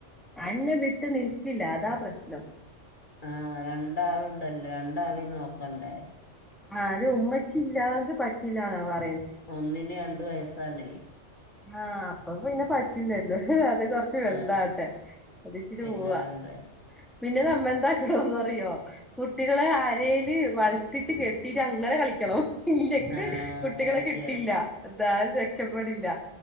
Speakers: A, in the centre; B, on the left (about 40°).
A: എന്നെ വിട്ട് നിൽക്കില്ല അതാ പ്രശ്നം
B: ആഹ അതാണ് ആളുണ്ടല്ലോ രണ്ടാൾ നോക്കണ്ടേ
A: ആ അത് ഉമ്മച്ചി ഇല്ലാണ്ട് പറ്റില്ലവാ
B: ഒന്നിനെയ സാ ന
A: ആഹ അപ്പൊ പിന്നെ പറ്റുന്നല്ലോ അത് കൊറച്ച് വലുതാവട്ടെ
B: ആ
A: അതിച്ചിട്ട്
B: വലുതാണ്ട്
A: പോവാ പിന്നെ നമ്മെന്താക്കണന്ന് അറിയോ കുട്ടികളെ അരയില് വളത്തിട്ട് കെട്ടീട്ട് അങ്ങനെ കളിക്കണം ഇല്ലെങ്കിൽ
B: ആ
A: കുട്ടികളെ
B: ശരിയാണ്
A: കിട്ടില്ല അതായ രക്ഷപ്പെടില്ല